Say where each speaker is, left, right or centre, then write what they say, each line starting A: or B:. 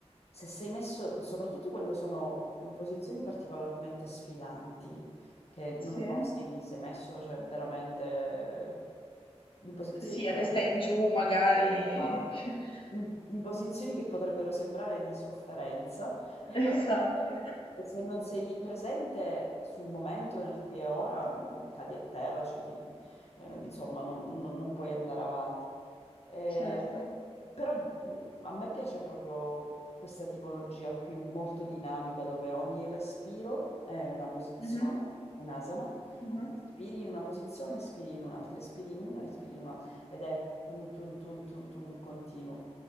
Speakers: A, on the left; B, on the left.
A: se sei messo, soprattutto quando sono in posizioni particolarmente sfidanti, che non
B: sì.
A: lo so se sei messo, cioè veramente in posizioni
B: Sì,
A: che potrebbero...
B: a testa in giù magari.
A: Esatto.
B: <laughs>
A: In, in posizioni che potrebbero sembrare di sofferenza, <laughs>
B: Esatto,
A: e se non sei lì presente sul momento, nel qui e ora, mh, cadi a terra, cioè ti- eh, insomma, non, non- non puoi andare avanti. Eh,
B: certo.
A: però mh, a me piace proprio questa tipologia qui, molto dinamica, dove ogni respiro è una posizione,
B: Mh-mh,
A: un'asana.
B: mh-mh,
A: Quindi Inspiri in una posizione, espiri in un'altra, espiri in una, inspiri in un'altra ed è tum tum tum tum tum continuo.